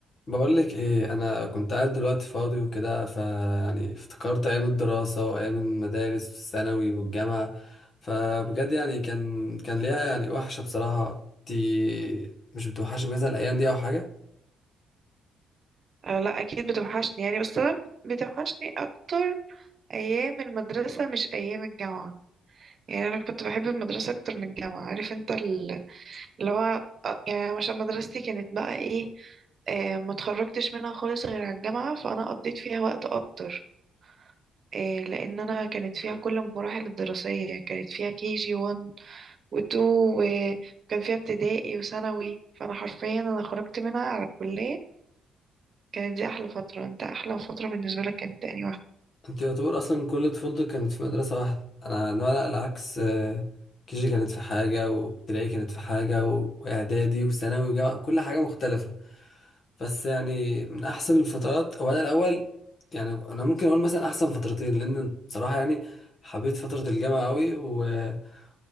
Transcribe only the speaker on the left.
بقول لك ايه انا كنت قاعد دلوقتي فاضي وكده فيعني افتكرت ايام الدراسه وايام المدارس والثانوي والجامعه فبجد يعني كان كان ليها يعني وحشه بصراحه انت مش بتوحشك مثلا الايام دي او حاجه
انت يعتبر اصلا كل طفولتك كانت في مدرسة واحدة انا انا لا العكس كيجي كانت في حاجة وابتدائي كانت في حاجة و- واعدادي وثانوي وجامعة كل حاجة مختلفة بس يعني من احسن الفترات هو انا الاول يعني انا ممكن اقول مثلا احسن فترتين لان بصراحة يعني حبيت فترة الجامعة قوي وتاني